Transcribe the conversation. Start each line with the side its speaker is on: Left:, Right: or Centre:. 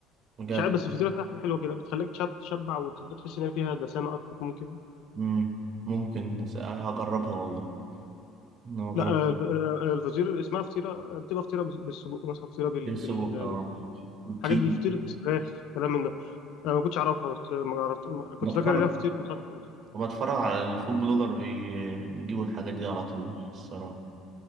Right: بجد
Left: مش عارف بس الفطيره فيها حاجه حلوه كده بتخليك تشب- تشبع وتحس ان هي فيها دسامه اكتر ممكن
Right: مم. ممكن بس هجربها والله أنا ما جربت
Left: لا آه، الف- آه، الفطيره اللي اسمها فطيره بتبقى فطيره بال- بالسجق مثلا فطيره بال...
Right: السجق
Left: بال...
Right: اه
Left: بال- الحاجات
Right: كي
Left: دي فطيره فراخ كلام من ده انا ما كنتش اعرفها بس آه، ما عرفت ما- كنت
Right: بتفرج
Left: فاكر ان هي فطير مسكر بس
Right: وبتفرج على الفود بلوجر بي- بيجيبوا الحاجات دي على طول الصراحة